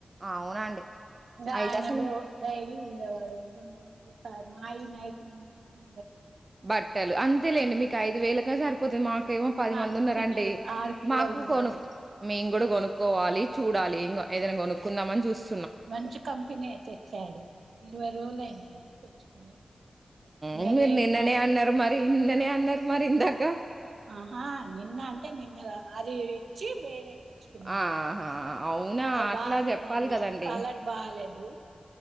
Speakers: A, on the right; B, on the right.
A: అవునండి
B: ఇగ
A: అయితే
B: ఆయన
A: అసలు
B: రోజు డ్రైవింగ్ మీద బడి రెండు రో ఒకసారి మాయి నైటీయి ఇడిచి
A: బట్టలు అంతేలేండి మీకు ఐదు వేలగా సరిపోతాంది మాకు కేమో పది
B: మాది
A: మంది ఉన్నారండి.
B: చిన్నది ఆరు కిలోల
A: మాకు
B: నగదు
A: కొను మేము గూడా గొనుక్కోవాలి. చూడాలి ఇంగా ఏదన్నా గొనుక్కుందామని చూస్త
B: మంచి కంపెనీ తెచ్చాడు ఇరవై రోజులు అయిందండి తెచ్చుకొని ఇంకా
A: ఉమ్ మీరు
B: రేపు
A: నిన్ననే
B: మాపు
A: అన్నారు మరి నిన్ననే అన్నారు మరి ఇందాక
B: ఆహా నిన్న అంటే నిన్న గాదు అది ఇచ్చి వేరేది తెచ్చుకున్నాం
A: ఆహా అవునా
B: అది
A: అట్లా
B: బాలేదన్న
A: చెప్పాలి కదండి
B: కలర్ బాలేదు.